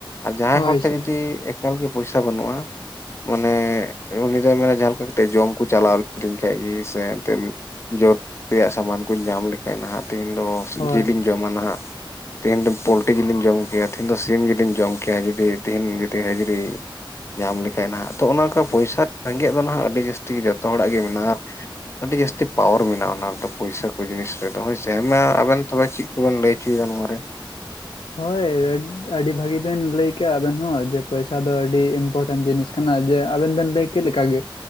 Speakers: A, on the left; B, on the left.
A: ᱟᱨ ᱡᱟᱦᱟᱸᱭ
B: ᱦᱳᱭ
A: ᱦᱚᱲ
B: ᱥᱮ
A: ᱴᱷᱮᱱ ᱡᱩᱫᱤ ᱮᱠᱟᱞ ᱜᱮ ᱯᱚᱭᱥᱟ ᱵᱟᱹᱱᱩᱜᱼᱟ, ᱢᱟᱱᱮ ᱩᱱᱤ ᱫᱚᱭ ᱢᱮᱱᱟ ᱡᱟᱦᱟᱸ ᱞᱮᱠᱟ ᱠᱟᱛᱮᱫ ᱡᱚᱢ ᱠᱚ ᱪᱟᱞᱟᱣ ᱞᱤᱫᱤᱧ ᱠᱷᱟᱡ ᱜᱮ ᱥᱮ ᱮᱱᱛᱮᱫ᱾ ᱡᱚᱢ ᱨᱮᱭᱟᱜ ᱥᱟᱢᱟᱱ ᱠᱚᱧ ᱧᱟᱢ ᱞᱮᱠᱷᱟᱡ ᱱᱟᱦᱟᱜ ᱛᱮᱦᱮᱧ ᱫᱚ
B: ᱦᱳᱭ
A: ᱡᱤᱞᱤᱧ ᱡᱚᱢᱟ ᱱᱟᱦᱟᱜ᱾ ᱛᱤᱦᱧ ᱫᱚ ᱯᱳᱞᱴᱤ ᱡᱤᱞᱤᱧ ᱡᱚᱢ ᱠᱮᱭᱟ, ᱛᱤᱦᱤᱧ ᱫᱚ ᱥᱤᱢ ᱡᱤᱞᱤᱧ ᱡᱚᱢ ᱠᱮᱭᱟ, ᱡᱩᱫᱤ ᱛᱤᱦᱤᱧ ᱡᱩᱫᱤ ᱦᱟᱹᱡᱨᱤ ᱧᱟᱢ ᱞᱮᱠᱟᱡ ᱱᱟᱦᱟᱸᱜ ᱛᱚ ᱚᱱᱮ ᱚᱱᱠᱟ ᱯᱚᱭᱥᱟ ᱨᱮᱸᱜᱮᱡ ᱫᱚ ᱱᱟᱸᱜ ᱟᱹᱰᱤ ᱡᱟᱹᱥᱛᱤ ᱡᱚᱛᱚ ᱦᱚᱲᱟᱜ ᱜᱮ ᱢᱮᱱᱟᱜᱼᱟ᱾ ᱟᱨ ᱡᱟᱹᱥᱛᱤ ᱯᱟᱣᱟᱨ ᱢᱮᱱᱟᱜᱼᱟ ᱚᱱᱟ ᱨᱮᱫᱚ ᱯᱚᱭᱥᱟ ᱠᱚ ᱡᱤᱱᱤᱥ᱾ ᱨᱮᱫᱚ ᱦᱳᱭ ᱥᱮ ᱢᱟ ᱟᱵᱮᱱ ᱛᱚᱵᱮ ᱪᱮᱫ ᱠᱚᱵᱮᱱ ᱞᱟᱹᱭ ᱦᱚᱪᱚᱭᱮᱫᱟ ᱱᱚᱣᱟ ᱨᱮ?
B: ᱦᱳᱭ ᱟᱹᱰᱤ ᱵᱷᱟᱹᱜᱤ ᱵᱮᱱ ᱞᱟᱹᱭ ᱠᱮᱜ ᱟᱵᱮᱱ ᱦᱚᱸ ᱡᱮ ᱯᱚᱭᱥᱟ ᱫᱚ ᱟᱹᱰᱤ ᱤᱢᱯᱚᱴᱮᱱᱴ ᱡᱤᱱᱤᱥ ᱠᱟᱱᱟ ᱡᱮ ᱟᱵᱮᱱ ᱵᱮᱱ ᱞᱟᱹᱭᱟ ᱠᱮᱫ ᱞᱮᱠᱟ ᱜᱮ